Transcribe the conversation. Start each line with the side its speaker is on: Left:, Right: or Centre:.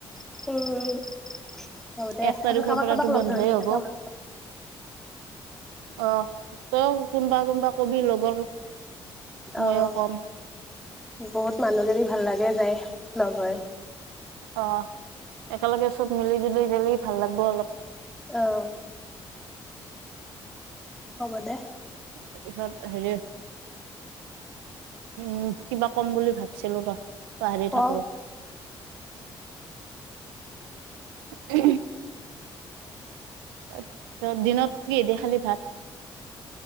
Centre: উম হ'ব দে আৰু কাৰোবাক,
Right: এক তাৰিখৰ
Centre: কাৰোবাক
Right: পৰাতো
Centre: লগ
Right: বন্ধই
Centre: ধৰিম
Right: হ'ব
Centre: কেইটামান।
Right: অ', তই কোনোবা, কোনবা কবি লগৰ। মইও
Centre: অ',
Right: কম
Centre: বহুত মানুহজনী ভাল লাগে যায় লগ হয়।
Right: অ', একেলগে চব মিলি জুলি গেলি ভাল লাগিব অলপ।
Centre: অ'। হ'ব দে।
Right: তাৰপিছত হেৰি উম, কিবা কম বুলি ভাবিছিলোঁ বা পাহৰি থাকিলোঁ।
Centre: অ
Right: উ তাৰপিছত দিনত কিহেদি খালি ভাত।